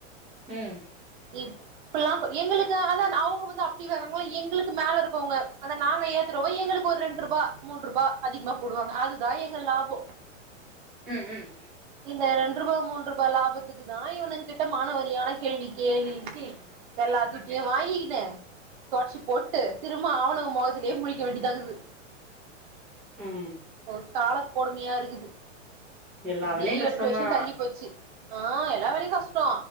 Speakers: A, in the centre; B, on the right (about 40°).
A: ம்
B: இப் ப்பலாம் எங்களுக்கு அத அவங்க வந்து அப்படி எங்களுக்கு மேல இருக்கவங்க அத நாங்க ஏ குரவங்க எங்களுக்கு ஒரு ரெண்டு ரூபா மூன்று ரூபா அதிகமா போடுவாங்க அதுதான் எங்க லாபம்
A: உம் உம்
B: இந்த ரண்டு ரூபாய் மூணு ரூபாய் லாபத்துக்கு தான் இவனுகிட்ட மானவரியான கேள்வி கே கேலிசி எல்லாத்த ஏன் வாங்கின்னு தொடச்சி போட்டு திரும்ப அவணுங்க முகத்திலேயே முழிக்க வேண்டியதாக்குது
A: ம்
B: ஒரு காலக்கொடுமையா இருக்குது
A: எல்லா
B: இப்டியே
A: வேலையு கஷ்டந்தா
B: எட்டு வருஷம் தள்ளி போச்சு ஆ எல்லா வேலையும் கஷ்டோ